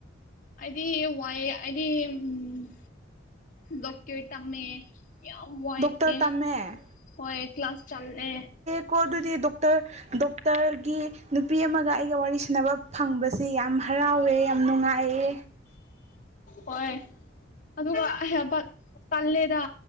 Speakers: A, on the left (about 45°); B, on the right (about 35°).
A: ꯑꯩꯗꯤ ꯋꯥꯏꯑꯦ ꯑꯩꯗꯤ ꯎꯝ ꯗꯣꯛꯇꯨ꯭ꯔ ꯇꯝꯃꯦ ꯌꯥꯝ ꯋꯥꯏꯑꯦ
B: ꯗꯣꯛꯇꯔ ꯇꯝꯃꯦ
A: ꯍꯣꯏ ꯀ꯭ꯂꯥꯁ ꯆꯠꯂꯦ
B: ꯀꯣ ꯑꯗꯨꯗꯤ ꯗꯣꯛꯇꯔ ꯗꯣꯛꯇꯔꯒꯤ ꯅꯨꯄꯤ ꯑꯃꯒ ꯑꯩꯒ ꯋꯥꯔꯤ ꯁꯥꯟꯅꯕ ꯐꯪꯕꯁꯦ ꯌꯥꯝ ꯍꯔꯥꯎꯋꯦ ꯌꯥꯝ ꯅꯨꯡꯉꯥꯏꯑꯦ
A: ꯍꯣꯏ ꯑꯗꯨꯒ ꯑꯩ ꯍꯥꯏꯕꯠ ꯇꯜꯂꯦꯗ